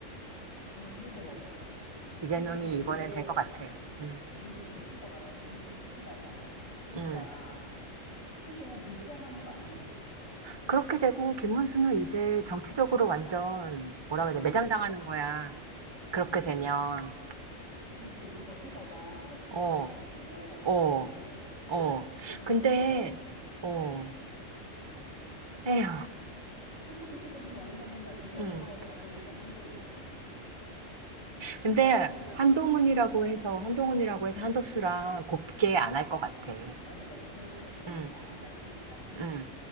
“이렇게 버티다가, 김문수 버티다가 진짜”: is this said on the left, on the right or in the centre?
Left